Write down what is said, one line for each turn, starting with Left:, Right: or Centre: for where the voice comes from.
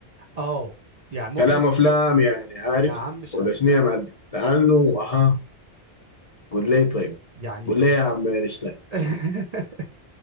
Right: اه يعني مو...
Left: كلام
Right: مو...
Left: أفلام يعني عارف
Right: يا عم مش
Left: ولا
Right: افلام
Left: شنو يا معلم؟ لأنه اها قول لي طيب
Right: يعني
Left: قول لي يا عم أينشتاين
Right: <laughs>